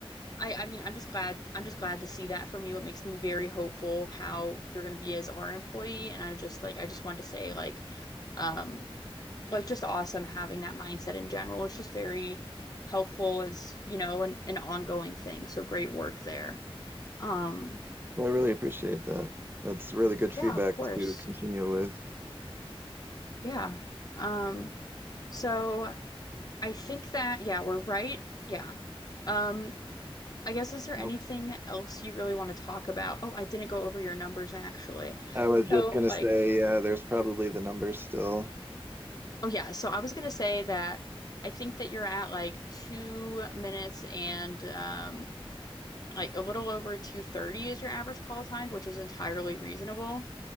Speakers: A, on the left (about 40°); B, on the right (about 20°).
A: I, I mean, I'm just glad I'm just glad to see that from you. It makes me very hopeful how you're gonna be as our employee. And I just like I just wanted to say like um like just awesome having that mindset in general. It's just very helpful as, you know, an, an ongoing thing. So great work there. Um,
B: Well, I really appreciate that. That's really good feedback
A: yeah, of course.
B: to continue with.
A: Yeah. Um, so I think that, yeah, we're right. Yeah. Um, I guess is there anything
B: I
A: else you really want to talk about? Oh, I didn't go over your numbers actually.
B: I was just
A: So
B: gonna
A: like,
B: say, uh, there's probably the numbers still.
A: oh yeah, so I was gonna say that I think that you're at like two minutes and um like a little over 230 is your average call time, which is entirely reasonable.